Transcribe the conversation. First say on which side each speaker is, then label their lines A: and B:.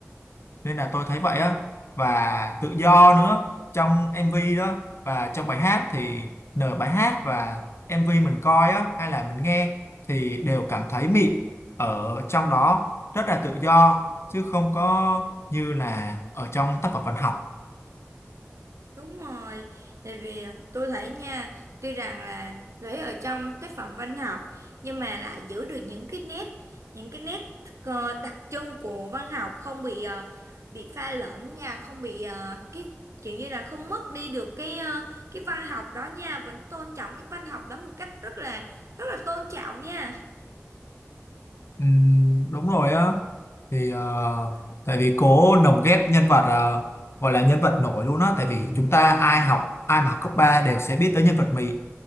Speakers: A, on the left; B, on the right.
A: nên là tôi thấy vậy á và tự do nữa trong MV đó và trong bài hát thì nửa bài hát và MV mình coi á hay là mình nghe thì đều cảm thấy mịn ở trong đó rất là tự do chứ không có như là ở trong tác phẩm văn học
B: Đúng rồi, tại vì à, tôi thấy nha, tuy rằng là lấy ở trong tác phẩm văn học nhưng mà lại giữ được những cái nét những cái nét ờ, đặc trưng của văn học không bị ờ, bị pha lẫn nha, không bị ờ, cái kiểu như là không mất đi được cái ờ, cái văn học đó nha, vẫn tôn trọng cái văn học đó một cách rất là rất là tôn trọng nha.
A: Ừm, đúng rồi á thì ờ, tại vì cố lồng ghép nhân vật ờ, gọi là nhân vật nổi luôn á tại vì chúng ta ai học ai mà học cấp 3 đều sẽ biết tới nhân vật Mì